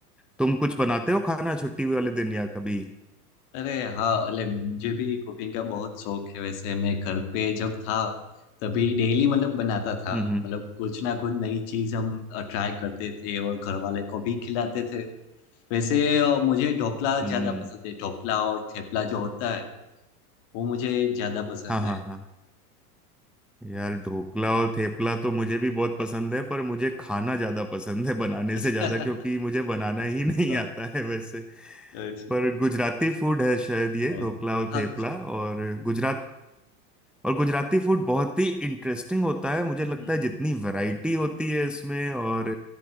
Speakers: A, in the centre; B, on the left (about 50°).
A: तुम कुछ बनाते हो खाना छुट्टी वाले दिन या कभी
B: अरे हाँ अरे मुझे भी कुकिंग का बहुत शौक है वैसे मैं घर पे जब था तभी डेली मतलब बनाता था
A: हम्म हम्म
B: मतलब कुछ ना कुछ नई चीज हम ट्राई करते थे और घर वाले को भी खिलाते थे वैसे अ, मुझे ढोकला ज्यादा
A: हम्म
B: पसंद है ढोकला और थेपला जो होता है वो मुझे ज्यादा पसंद
A: हाँ हाँ
B: है
A: हाँ यार ढोकला और थेपला तो मुझे भी बहुत पसंद है पर मुझे खाना ज्यादा पसंद है बनाने
B: अच्छा
A: से ज्यादा क्योंकि
B: <laughs>
A: मुझे बनाना ही <laughs> नहीं
B: हाँ,
A: आता है वैसे
B: अच्छा
A: पर गुजराती फूड है शायद ये
B: हाँ
A: ढोकला और
B: हाँ,
A: थेपला
B: मुझे
A: और गुजरात और गुजराती फूड बहुत ही इंटरेस्टिंग होता है मुझे लगता
B: हम्म,
A: है जितनी वैरायटी होती है इसमें और